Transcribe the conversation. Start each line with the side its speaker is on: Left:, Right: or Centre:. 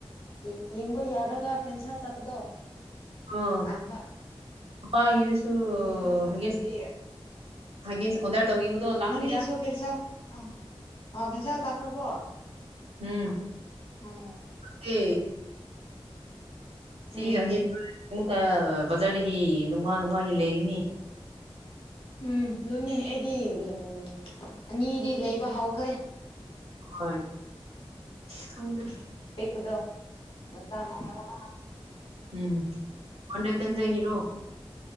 Left: ꯌꯦ ꯌꯦꯡꯕ ꯌꯥꯔꯒ ꯀꯦꯟꯁꯦꯜ ꯆꯠꯄꯗꯣ
Right: ꯑꯣ
Left: ꯇꯥꯟꯕ
Right: ꯄꯄꯥꯒꯤꯗꯨꯁꯨ
Left: ꯀꯦꯟꯁꯦꯜ ꯆꯠꯇ꯭ꯔꯗꯤ
Right: ꯍꯒꯤꯁ ꯍꯒꯤꯁ ꯑꯣꯗꯔ ꯇꯧꯕꯤꯕꯗꯣ ꯂꯥꯛꯇꯦꯗ
Left: ꯅꯪꯒꯤꯁꯨ
Right: <inaudible>
Left: ꯀꯦꯟꯁꯦꯜ ꯑꯥ ꯑꯥ ꯀꯦꯟꯁꯦꯜ ꯇꯥꯈ꯭ꯔꯕꯣ
Right: ꯎꯝ
Left: ꯑꯣ
Right: ꯂꯥꯛꯇꯦ ꯁꯤ
Left: ꯎꯝ
Right: ꯍ <inaudible> ꯑꯃꯨꯛꯀ ꯕꯖꯥꯔꯗꯒꯤ ꯅꯣꯡꯃꯥ ꯅꯣꯡꯃꯥꯒꯤ ꯂꯩꯒꯤꯅꯤ
Left: ꯎꯝ ꯑꯗꯨꯅꯦ ꯑꯩꯗꯤ ꯎ ꯑꯅꯤꯗꯤ ꯂꯩꯕ ꯍꯧꯈ꯭ꯔꯦ
Right: ꯍꯣꯏ ꯈꯪꯗꯦ
Left: ꯄꯤꯛꯄꯗꯣ ꯃꯆꯥ ꯃꯆꯥ <unintelligible>
Right: ꯎꯝ ꯍꯟꯗꯛꯇꯪꯒꯤꯔꯣ